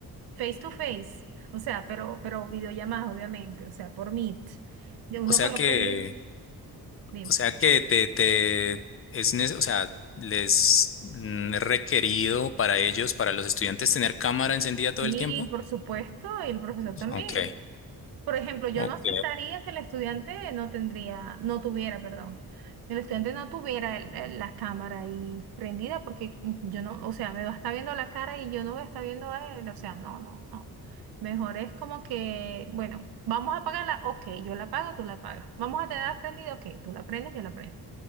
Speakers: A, on the right; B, on the left.
A: face to face, o sea, pero, pero videollamadas, obviamente, o sea, por Meet. Y Uno
B: O sea
A: coloca
B: que,
A: el link, dime.
B: o sea que te, te es, nece- o sea, les mm, es requerido para ellos, para los estudiantes, tener cámara encendida todo
A: Y
B: el tiempo.
A: por supuesto, y el profesor también.
B: Ok,
A: Por ejemplo, yo
B: ok,
A: no aceptaría que el estudiante no tendría, no tuviera, perdón, que el estudiante no tuviera el- el- la cámara ahí prendida porque yo no, o sea, me va a estar viendo la cara y yo no voy a estar viendo a él, o sea, no, no, no. Mejor es como que, bueno, vamos a apagarla, ok, yo la apago, tú la apagas. Vamos a tenerla prendida, ok, tú la prendes, yo la prendo.